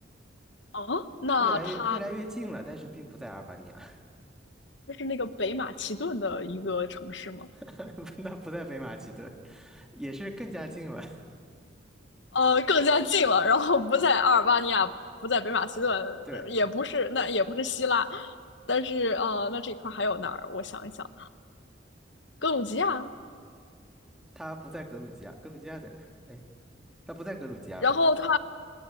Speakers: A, on the left (about 75°); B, in the centre.
A: 啊，那它
B: 越来越越来越近了，但是并不在阿尔巴尼亚，
A: 就是那个北马其顿的一个城市吗？
B: <laughs> 那不在北马其顿，也是更加近了。
A: 呃，更加近了，然后不在阿尔巴尼亚，不在北马其顿，
B: <laughs> 对，
A: 也不是，那也不是希腊，但是呃，那这块儿还有哪儿？我想一想，格鲁吉亚，
B: 他不在格鲁吉亚，格鲁吉亚在哪儿？哎，他不在格鲁吉亚，
A: 然后它。
B: 反正